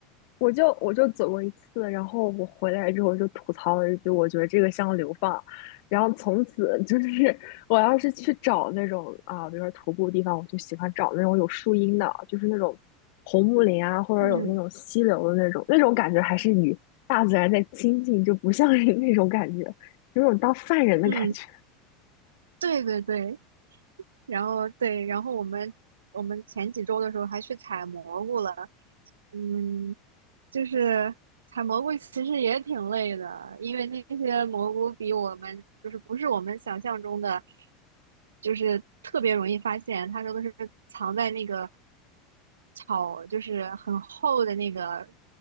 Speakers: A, on the left (about 55°); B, on the right (about 75°).
A: 我就我就走过一次，然后我回来之后就吐槽了一句，我觉得这个像流放。然后从此就是 <laughs> 我要是去找那种啊，比如说徒步地方，我就喜欢找那种有树荫的，就是那种红木林啊，或者有那种溪流的那种，
B: 嗯
A: 那种感觉还是与大自然在亲近，就不像是那种感觉，有种当犯人的感觉。
B: 嗯，对对对，然后对，然后我们我们前几周的时候还去采蘑菇了，嗯，就是采蘑菇其实也挺累的，因为那些蘑菇比我们就是不是我们想象中的，就是特别容易发现，他说都是藏在那个草，就是很厚的那个